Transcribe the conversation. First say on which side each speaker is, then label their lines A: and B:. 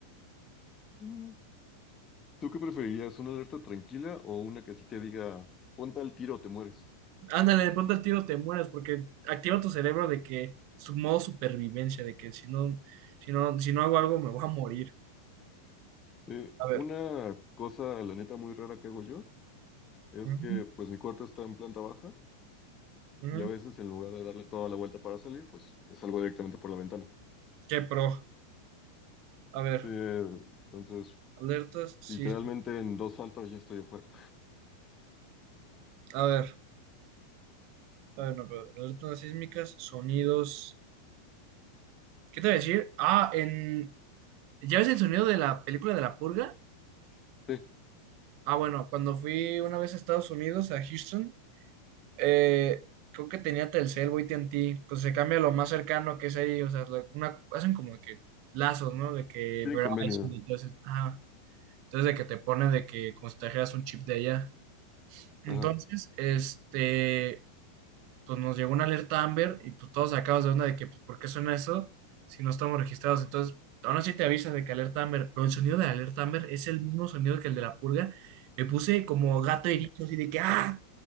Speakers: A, on the left; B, on the right.
A: Mm. ¿Tú qué preferirías, una alerta tranquila o una que así te diga, ponte al tiro o te mueres?
B: Ándale, de pronto al tiro te mueres porque activa tu cerebro de que su modo supervivencia, de que si no, si no, si no hago algo me voy a morir.
A: Eh,
B: A ver.
A: una cosa, la neta, muy rara que hago yo es
B: Ujú,
A: que pues mi cuarto está en planta baja
B: ujú.
A: y a veces en lugar de darle toda la vuelta para salir, pues me salgo directamente por la ventana.
B: Qué pro. A ver,
A: Sí, entonces,
B: alertas sísmicas.
A: literalmente en dos faltas ya estoy afuera.
B: A ver, a ver, no, pero alertas sísmicas, sonidos. ¿Qué te voy a decir? Ah, en... ¿Ya ves el sonido de la película de la purga?
A: Sí,
B: Ah, bueno, cuando fui una vez a Estados Unidos, a Houston, eh, creo que tenía Telcel o AT&T, pues se cambia lo más cercano que es ahí, o sea, la- una, hacen como de que lazos, ¿no? De que
A: bien
B: Verizon,
A: convenio.
B: entonces, ajá, entonces de que te pone de que como si te trajeras un chip de allá. Entonces,
A: Ajá.
B: este, pues nos llegó una alerta Amber y pues todos sacados de onda de que, pues, ¿por qué suena eso si no estamos registrados? Entonces, aún así te avisan de que alerta Amber, pero el sonido de la alerta Amber es el mismo sonido que el de la purga. Me puse como gato herido, así de que, ¡ah!